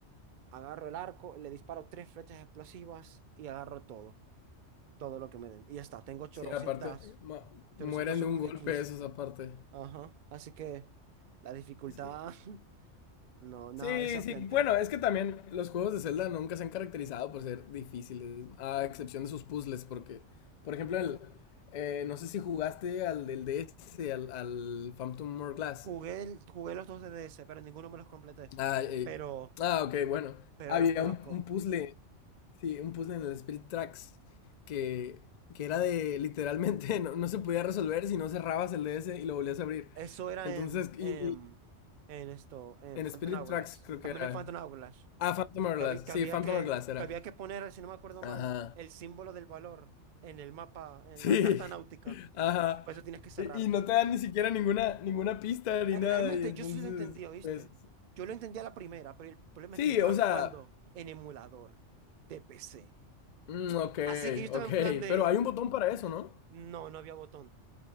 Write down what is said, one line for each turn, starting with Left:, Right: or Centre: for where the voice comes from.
Right: agarro el arco, le disparo tres flechas explosivas y agarro todo, todo lo que me den. Y ya está, tengo 800,
Left: Sí, aparte, ma- mueren
Right: 800
Left: de
Right: ojos
Left: un golpe
Right: de Kiss.
Left: esos aparte.
Right: Ajá, así que la dificultad,
Left: Sí.
Right: <laughs> no, nada
Left: Sí,
Right: desafiante.
Left: sí, bueno, es que también los juegos de Zelda nunca se han caracterizado por ser difíciles, a excepción de sus puzzles, porque, por ejemplo, el, eh, no sé si jugaste al del DS, al, al Phantom Hourglass.
Right: Jugué, el- jugué los dos DDS, pero ninguno me los completé.
Left: Ah, eh,
Right: Pero,
Left: ah, ok, bueno.
Right: pero
Left: Había
Right: los conozco.
Left: un, un puzzle, sí, un puzzle en el Spirit Tracks que, que era de literalmente <laughs> no, no se podía resolver si no cerrabas el DS y lo volvías a abrir.
Right: Eso era
Left: Entonces,
Right: en, en,
Left: y,
Right: en esto, en
Left: En
Right: Phantom
Left: Spirit
Right: Hourglass.
Left: Tracks creo que
Right: También
Left: era.
Right: en Phantom Hourglass.
Left: Ah, Phantom Hourglass.
Right: Que habí- que
Left: Sí,
Right: había
Left: Phantom
Right: que,
Left: Hourglass era.
Right: que había que poner, si no me acuerdo
Left: Ajá.
Right: mal, el símbolo del valor en el mapa, en
Left: Sí.
Right: la carta náutica.
Left: <laughs> Ajá.
Right: Y por eso tienes que cerrarlo.
Left: Y, y no te dan ni siquiera ninguna, ninguna pista ni
Right: Eh,
Left: nada.
Right: Realmente
Left: Y entonces,
Right: yo sí lo entendí, ¿oíste?
Left: pues.
Right: Yo lo entendí a la primera, pero el problema es
Left: Sí,
Right: que yo estaba
Left: o
Right: jugando
Left: sea.
Right: en emulador de PC.
Left: mm, ok,
Right: Así que yo estaba
Left: ok.
Right: en plan de...
Left: Pero hay un botón para eso, ¿no?
Right: No, no había botón.